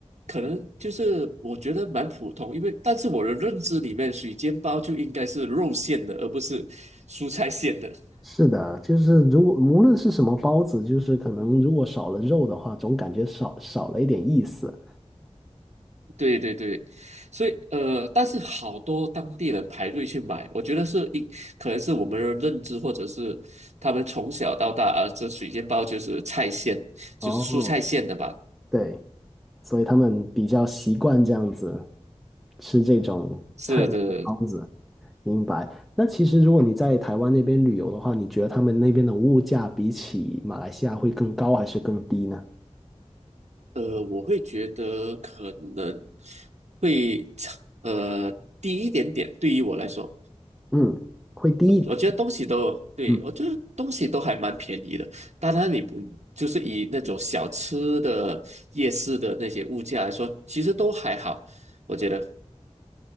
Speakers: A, on the right; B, in the centre.
A: 可能就是我觉得蛮普通，因为但是我的认知里面，水煎包就应该是肉馅的，而不是蔬菜馅的。<laughs>
B: 是的，就是如果无论是什么包子，就是可能如果少了肉的话，总感觉少少了一点意思。
A: 对对对，所以呃，但是好多当地人排队去买，我觉得是一可能是我们的认知，或者是他们从小到大啊，这水煎包就是菜馅，就是蔬菜馅的吧？
B: 哦，对，所以他们比较习惯这样子吃这种菜的包子。
A: 是的，
B: 明白。那其实如果你在台湾那边旅游的话，你觉得他们那边的物价比起马来西亚会更高还是更低呢？
A: 呃，我会觉得可能会差呃低一点点，对于我来说，
B: 嗯，会低一点。
A: 我我觉得东西都对我觉得东西都还蛮便宜的。
B: 嗯
A: 当然，你不就是以那种小吃的夜市的那些物价来说，其实都还好，我觉得